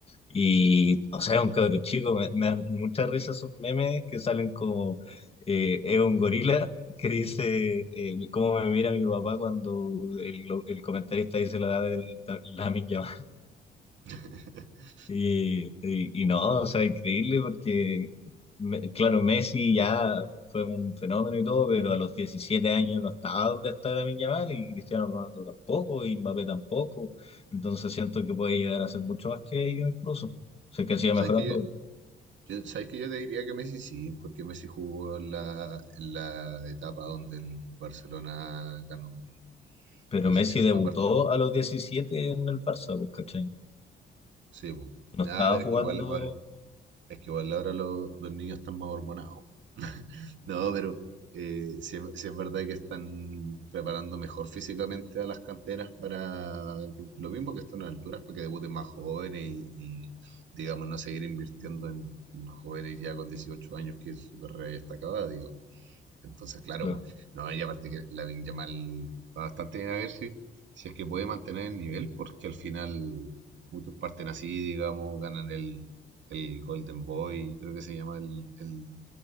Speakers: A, on the left; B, on the right.
A: y, o sea, es un cabro chico, me, me dan mucha risa esos memes que salen como, eh, es un gorila que dice eh, cómo me mira mi papá cuando el, lo- el comentarista dice la edad de la, Lamine Yamal. <laughs>
B: <laughs>
A: Y, y, y no, o sea, increíble porque, me- claro, Messi ya fue un fenómeno y todo, pero a los 17 años no estaba donde está Lamine Yamal y Cristiano Ronaldo tampoco y Mbappé tampoco. Entonces siento que puede llegar a ser mucho más que ellos incluso. Sé que sigue
B: ¿Sabes
A: mejorando.
B: que yo, yo- sabes que yo te diría que Messi sí? Porque Messi jugó en la, en la etapa donde el Barcelona ganó,
A: Pero
B: no
A: Messi
B: sé si fue
A: debutó
B: parte,
A: a los 17 en el Barça, pues, ¿cachai?
B: sí, po.
A: No
B: Nada,
A: estaba
B: pero
A: jugando.
B: es que igual ahora, Es que igual ahora lo- los niños están más hormonados. <laughs> No, pero eh, sí, es sí es verdad que están preparando mejor físicamente a las canteras para que- lo mismo que están a alturas, para que debuten más jóvenes y, y, digamos, no seguir invirtiendo en, en jóvenes ya con 18 años que su carrera ya está acabada, digamos. Entonces, claro,
A: Claro.
B: po. no, y aparte que Lamine Yamal va bastante bien a ver si, si es que puede mantener el nivel, porque al final muchos parten así, digamos, ganan el, el Golden Boy, creo que se llama el, el,